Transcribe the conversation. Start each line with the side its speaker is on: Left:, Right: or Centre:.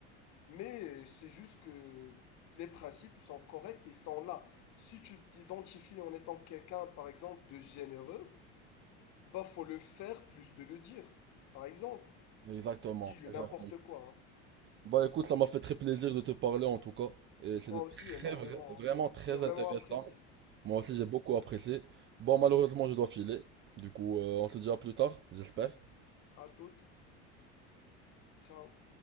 Left: mais c'est juste que les principes sont corrects, ils sont là. Si tu t'identifies en étant quelqu'un, par exemple, de généreux, Bah, faut le faire plus de le dire. Par exemple,
Right: Exactement,
Left: je dis je
Right: exactement.
Left: n'importe quoi. hein.
Right: Bah écoute, ça m'a fait très plaisir de te parler en tout cas. Et c'était
Left: Moi aussi,
Right: très,
Left: énormément.
Right: vra- vraiment
Left: hein.
Right: très
Left: J'ai vraiment
Right: intéressant.
Left: apprécié.
Right: Moi aussi, j'ai beaucoup apprécié. Bon, malheureusement, je dois filer. Du coup, euh, on se dit à plus tard, j'espère.
Left: À toutes. Ciao.